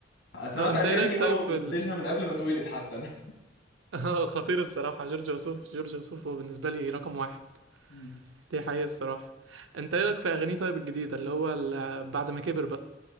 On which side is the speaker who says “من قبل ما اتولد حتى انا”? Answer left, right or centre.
Left